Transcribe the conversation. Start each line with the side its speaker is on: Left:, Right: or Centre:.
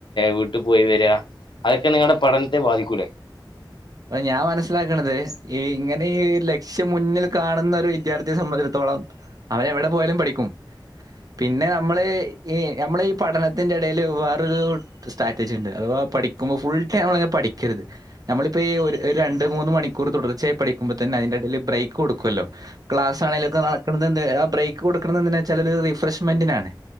Left: വീട്ടിൽ പോയി വര അതൊക്കെ നിങ്ങളുടെ പഠനത്തെ ബാധിക്കൂലേ?
Right: അപ്പൊ ഞാൻ മനസ്സിലാക്കണത് ഈ ഇങ്ങനെ ഈ ലക്ഷ്യമുന്നിൽ കാണുന്നോരു വിദ്യാർത്ഥിയെ സംബന്ധിച്ചിടത്തോളം അവൻ എവിടെ പോയാലും പഠിക്കും പിന്നെ നമ്മള് ഈ നമ്മൾ ഈ പഠനത്തിന്റെ ഇടൽ വേറൊരു സ്ട്രാറ്റജി ണ്ട് അഥവാ പഠിക്കുമ്പോൾ ഫുൾ ടൈം അമ്മള് ങ്ങനെ പഠിക്കരുത് ഇപ്പ ഈ ഒരു രണ്ട് മൂന്ന് മണിക്കൂർ തുടർച്ചയാ പഠിക്കുമ്പോ തന്നെ അതിന്റെ ഇടയിൽ ബ്രേക്ക് കൊടുക്കുവല്ലോ ക്ലാസ് ആണെങ്കിലൊക്കെ നടക്കണത് ന്ത്‌ ആ ബ്രേക്ക് കൊടുക്കണ എന്തിനാ വെച്ചാ ഒരു റിഫ്രഷ്മെന്റിനാണ്